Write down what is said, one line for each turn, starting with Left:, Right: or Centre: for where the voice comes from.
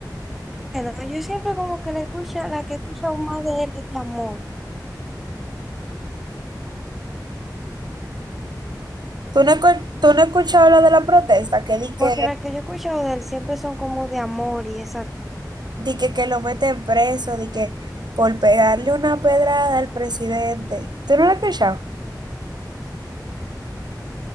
Centre: que no. Yo siempre como que la escucho, la que escucho más de él es de amor.
Right: tú no, escu- tú no has escuchado lo de la protesta, que di
Centre: Porque
Right: que
Centre: las que yo he escuchado de él siempre son como de amor y esa cosa.
Right: di que, que lo meten preso, di que por pegarle una pedrada al presidente. ¿Tú no la has escuchado?